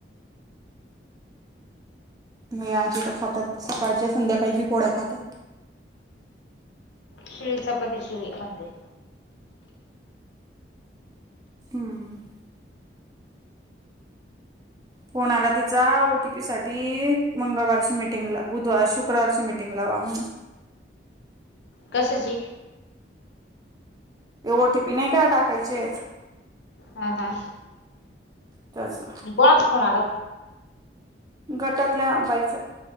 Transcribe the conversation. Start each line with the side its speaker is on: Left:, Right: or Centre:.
Right: मी आमच्या इथं खातात सकाळच्या, संध्याकाळी बी पोळ्या खातात.
Left: शिळी चपाती शिळी म्हणते.
Right: हम. फोन आला तिचा ओ टी पी साठी मंगळवारची, मिटिंग ला बुधवार, शुक्रवारची मिटिंग लावा म्हणून.
Left: कसची.
Right: हे ओ टी पी नाही काय टाकायचेतं.
Left: हा हा.
Right: त्याच.
Left: <unintelligible> कोण आला.
Right: गटातल्या बाईचा.